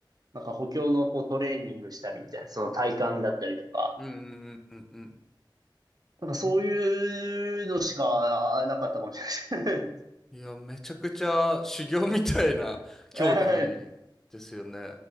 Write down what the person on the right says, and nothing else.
なんか補強のこうトレーニングしたりみたいな、その体幹だったりとか。
なんかそういうのしかなかったかもしれない。
<laughs>